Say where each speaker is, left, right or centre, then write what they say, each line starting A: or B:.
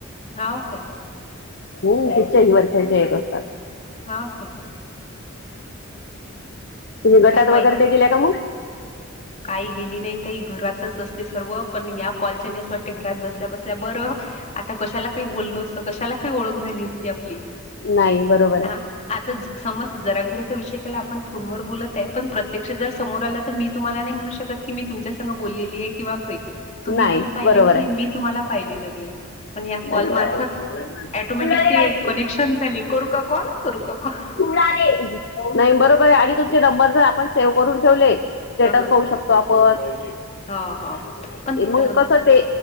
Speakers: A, on the left (about 35°); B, on the left (about 55°).
A: हाव काय.
B: हम्म तिच्याही वरखेडचे येत असतात.
A: हा काय?
B: तुम्ही गटात
A: काही माहीत
B: वगैरे ते गेले का मग?
A: काही गेली नाही तई घरातच असते सर्व पण या कॉलच्यानी असं वाटते घरात बसल्या बसल्या बरं. आता कशाला काही बोललो असतो कशाला काही ओळख झाली असती आपली.
B: नाही, बरोबर आहे.
A: हा आता समज <unintelligible> विषय केला आपण फोनवर बोलत आहे, पण प्रत्यक्ष जर समोर आलं तर मी तुम्हाला नाही म्हणू शकत की मी तुमच्या संग बोललेली आहे. तुम्ही
B: नाही
A: मला पाहिले
B: बरोबर
A: नाही,
B: आहे.
A: मी तुम्हाला पाहिलं नाही पण. या कॉल
B: नाही.
A: मार्फत ऑटोमॅटिक ते कनेक्शन झाले करू का कॉल? करू का कॉल?
B: नाही बरोबर आहे आणि तुमचे नंबर जर आपण सेव्ह करून ठेवले स्टेटस
A: ह
B: पाहू शकतो. <unintelligible>
A: ह हो पण
B: मग
A: अं,
B: कस ते.